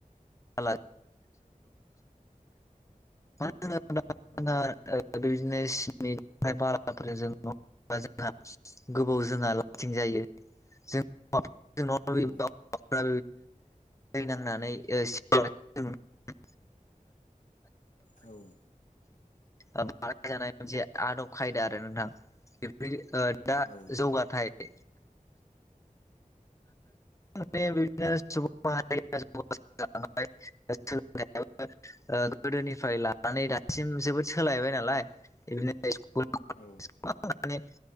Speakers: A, on the left (about 20°); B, on the left (about 65°).
A: <inaudible> बेबायदिनो
B: औ
A: सिनि बालाफोर जों जोंहा गोबाव जोंहा लास्टिं जायो जों बिदिनो
B: औ
A: दै नांनानै <unintelligible> औ <inaudible>
B: औ
A: बानायजानाय मोनसे आदब खायदा आरो नोंथां बेफोर <inaudible> दा
B: औ
A: जौगाथायाइ <inaudible> ने <unintelligible> जाय <inaudible> गोदोनिफ्राय लानानै दासिम जोबोद सोलायबाय नालाय इभ इ्कुल <unintelligible>
B: औ
A: माने